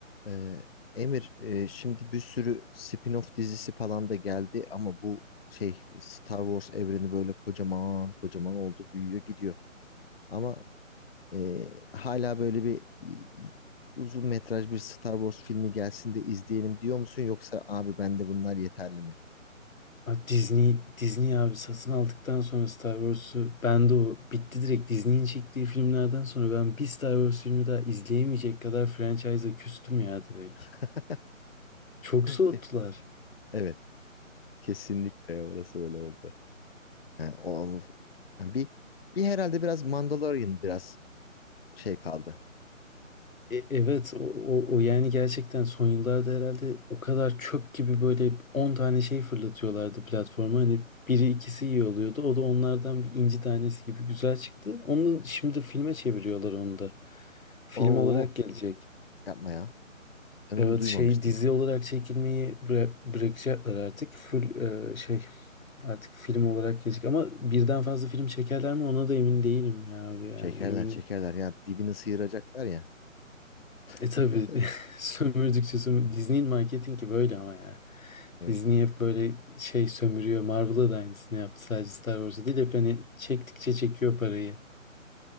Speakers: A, on the left; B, on the left.
A: Ee, Emir, e, şimdi bir sürü spin-off dizisi falan da geldi ama bu şey Star Wars evreni böyle kocaman kocaman oldu, büyüyor, gidiyor. Ama e, hala böyle bir e, uzun metraj bir Star Wars filmi gelsin de izleyelim diyor musun yoksa abi ben de bunlar yeterli mi?
B: Ha, Disney Disney abi satın aldıktan sonra Star Wars'u ben de o bitti direkt Disney'in çektiği filmlerden sonra ben bir Star Wars filmi daha izleyemeyecek kadar franchise'a küstüm ya direkt.
A: <laughs>
B: Çok soğuttular.
A: Ke- Evet, kesinlikle orası öyle oldu. Yani o yani bir bir herhalde biraz Mandalorian biraz şey kaldı.
B: E, evet o, o, o yani gerçekten son yıllarda herhalde o kadar çöp gibi böyle 10 tane şey fırlatıyorlardı platforma. Hani biri ikisi iyi oluyordu. O da onlardan bir inci tanesi gibi güzel çıktı. Onu şimdi filme çeviriyorlar onu da. Film
A: Oo,
B: olarak gelecek.
A: yapma ya. Ben onu
B: Evet
A: duymamıştım.
B: şey dizi olarak çekilmeyi bıra- bırakacaklar artık. Full e, şey artık film olarak gelecek ama birden fazla film çekerler mi ona da emin değilim ya abi yani
A: Çekerler
B: emin.
A: çekerler ya dibini sıyıracaklar ya. <laughs>
B: E tabii <laughs> sömürdükçe sömür Disney'in marketingi böyle ama ya.
A: Evet.
B: Disney hep böyle şey sömürüyor. Marvel'a da aynısını yaptı sadece Star Wars'a değil hep hani çektikçe çekiyor parayı.